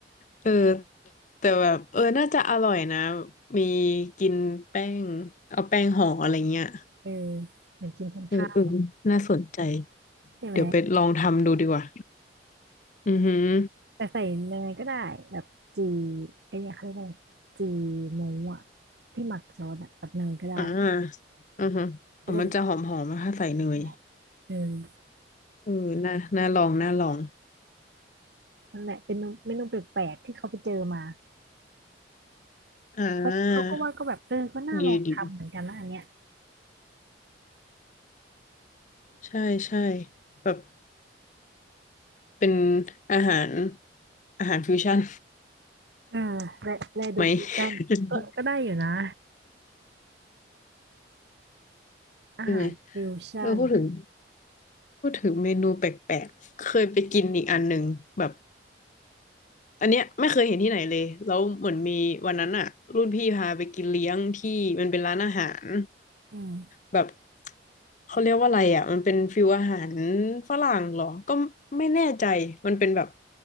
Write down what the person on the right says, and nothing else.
เออเหมือนกินทั้งข้าว
ใช่ไหม
แต่ใส่เนยก็ได้แบบจีไอ้เนี่ยเขาเรียกว่าอะไรจีหมูอ่ะที่หมักซอสอะกับเนยก็ได้
จะได้แบบได้เออ
นั่นแหละเป็นเมนูเมนูแปลกๆที่เขาไปเจอมา
เขาเขาก็ว่าก็แบบเออก็น่าลองทำเหมือนกันนะอันเนี้ย
เออและและดูฟิวชั่นก็ก็ได้อยู่นะ
อาหารฟิวชั่น
อืม